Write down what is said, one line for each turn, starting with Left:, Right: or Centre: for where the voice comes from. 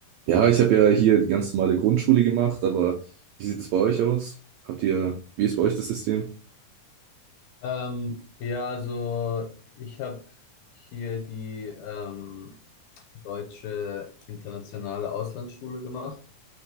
Right: Ja, ich habe ja hier die ganz normale Grundschule gemacht, aber wie sieht es bei euch aus? Habt ihr, wie ist bei euch das System?
Left: Ähm, ja, also ich habe hier die ähm, Deutsche Internationale Auslandsschule gemacht